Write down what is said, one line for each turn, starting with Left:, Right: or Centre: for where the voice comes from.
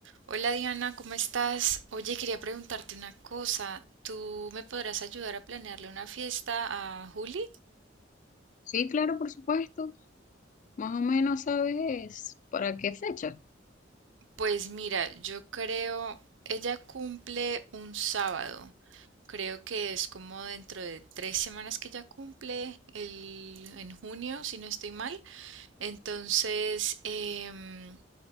Right: Hola Diana, ¿cómo estás? Oye, quería preguntarte una cosa. ¿Tú me podrás ayudar a planearle una fiesta a Juli?
Left: Sí, claro, por supuesto. Más o menos sabes para qué fecha.
Right: Pues mira, yo creo, ella cumple un sábado. Creo que es como dentro de tres semanas que ella cumple, el, en junio, si no estoy mal. Entonces, em,